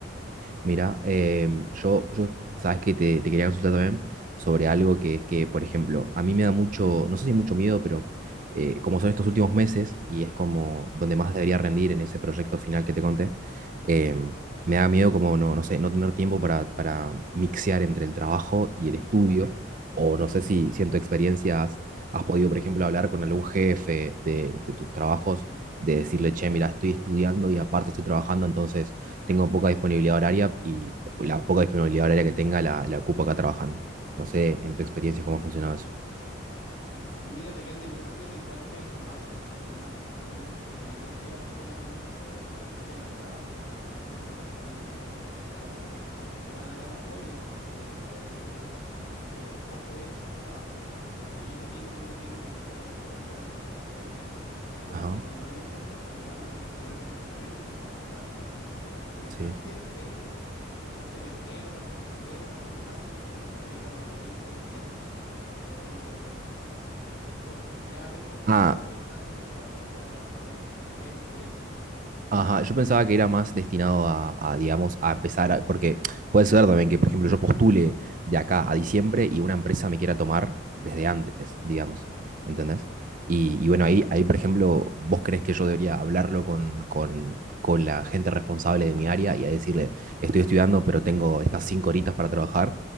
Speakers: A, on the right; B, on the left.
A: Mira, em, yo, yo, sabes que te, te quería consultar también sobre algo que es que, por ejemplo, a mí me da mucho, no sé si mucho miedo, pero eh, como son estos últimos meses y es como donde más debería rendir en ese proyecto final que te conté, em, me da miedo como, no, no sé, no tener tiempo para, para mixear entre el trabajo y el estudio, o no sé si, si en tu experiencia has, has podido, por ejemplo, hablar con algún jefe de, de tus trabajos, de decirle, che, mira, estoy estudiando y aparte estoy trabajando, entonces tengo poca disponibilidad horaria y la poca disponibilidad horaria que tenga la, la ocupo acá trabajando. No sé, en tu experiencia, cómo ha funcionado eso.
B: Mira, depende mucho de cuál sea el formato, porque norma- normalmente se privilegia solamente el tema del trabajo, o sea, la, la empresa va, va a privilegiar que tú estés trabajando, te van a dar apoyos en el desarrollo del estudio, pero el foco es trabajo. Cuando yo te digo que uno tiene que empezar a postular con anticipación, es porque
A: Ajá,
B: normalmente estos programas de ingenieros en entrenamiento, como es tu caso, eh,
A: sí.
B: parten en, parten en enero, parten en febrero, parten en marzo, y tú estás proyectando estar listo en diciembre, entonces tienes que tener ahí ese ese juego. Ya haber postulado
A: ah
B: pensando en que vas a entrar a trabajar en, en enero, febrero.
A: Ajá, yo pensaba que era más destinado a, a, digamos, a empezar, a- porque puede ser también que, por ejemplo, yo postule de acá a diciembre y una empresa me quiera tomar desde antes, digamos, ¿entendés? Y, y bueno, ahí, ahí, por ejemplo, vos crees que yo debería hablarlo con, con, con la gente responsable de mi área y a decirle, estoy estudiando, pero tengo estas cinco horitas para trabajar.